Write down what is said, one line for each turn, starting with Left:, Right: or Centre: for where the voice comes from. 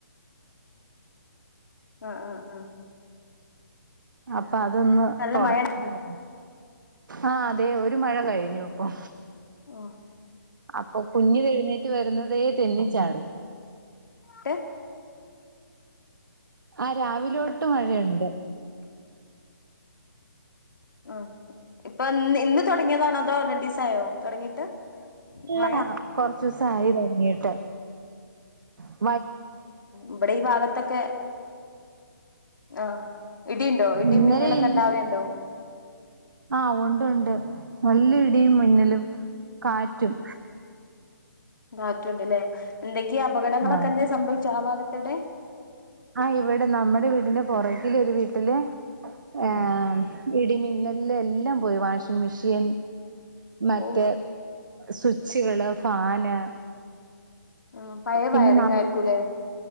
Left: ആ ആ ആ
Right: അഫ് അപ്പൊ അതൊന്ന്
Left: നല്ല
Right: തുടക്ക
Left: മഴ
Right: ആയിരുന്നു ആ അതെ ഒരു മഴ കഴിഞ്ഞു ഇപ്പൊ
Left: ആ
Right: അപ്പൊ കുഞ്ഞ് എഴുന്നേ വരുന്നതേ തെന്നിച്ചാടും
Left: ട്ട്
Right: ആ രാവിലെ തെട്ട് മഴയുണ്ട്
Left: ഉം ഇപ്പൊ ഇന്ന് തുടങ്ങിയതാണതോ രണ്ടീസാ യോ തുടങ്ങിട്ട്
Right: ഇല്ല
Left: മഴ
Right: കൊറച്ച ദിവസം ആയി തുടങ്ങിട്ട് ട്ട്
Left: ഇവിടെ ഈ ഭഗത്തൊക്കെ ആഹാ ഇടിയുണ്ടോ ഇടി
Right: ഇന്നലെ
Left: മിന്നലൊക്കെ
Right: ഇന്നും
Left: ഉണ്ടാവേണ്ടോ
Right: ആഹ് ഉണ്ട് ഉണ്ട് നല്ല ഇടിയും മിന്നലും കാറ്റും
Left: വാത്- റ്റുണ്ട്ല്ലേ എന്തെങ്കി അപകടങ്ങളൊക്കെ
Right: ആഹ്
Left: എന്തെ സംഭവിച്ചോ ആ ഭാഗ്- എവിടെ
Right: ആഹ് ഇവിടെ നമ്മുടെ വീടിന്റെ പൊറകില് ഒരു വീട്ടില് ഏ
Left: ഉം
Right: മ് ഇടിമിന്നലില് എല്ലാം പോയി വാഷിംഗ് മെഷീൻ മറ്റേ
Left: ഓ
Right: സ്വിച്ചുകള് ഫാന്
Left: ആ പഴയ
Right: പിന്നെ
Left: വയറിങ്
Right: ന
Left: ആയിരിക്കൂല്ലേ